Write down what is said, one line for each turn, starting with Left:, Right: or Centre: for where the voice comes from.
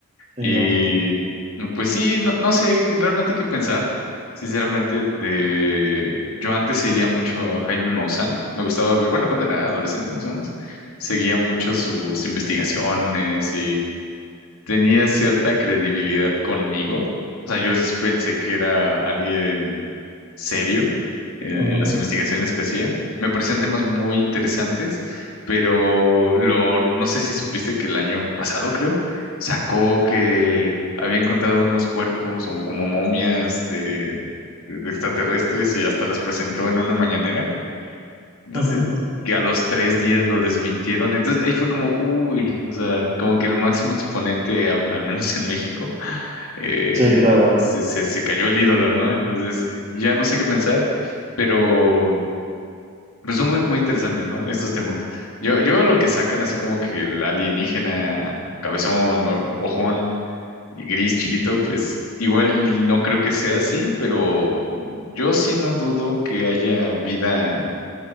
Right: Sí,
Left: Y
Right: no.
Left: mm, pues sí, no, no sé qué- realmente qué pensar. Sinceramente, de... yo antes seguía mucho a Jaime Maussan. Me gustaba ver, bueno, cuando era adolescente más o menos, seguía mucho sus investigaciones tenía cierta credibilidad conmigo. O sea, yo sí pensé que era alguien serio en,
Right: Ujú.
Left: en las investigaciones que hacía. Me parecían temas muy interesantes, pero lo, no sé si supiste que el año pasado, creo, sacó que había encontrado unos cuerpos o como momias de, de de extraterrestres y hasta las presentó en una mañanera. Entonces,
Right: <laughs>
Left: que a los tres días lo desmintieron. Entonces, ahí fue como, uy, o sea, como que el máximo exponente, a- al menos en México, <laughs> eh,
Right: Sí, claro.
Left: se, se, se cayó el ídolo, ¿no? Entonces, ya no sé qué pensar, pero, pero son muy, muy interesantes, ¿no? Estos temas. Yo, yo lo que sacan, así como que el alienígena, cabezón, o- ojón y gris chiquito, pues igual no creo que sea así, pero yo sí no dudo que haya vida.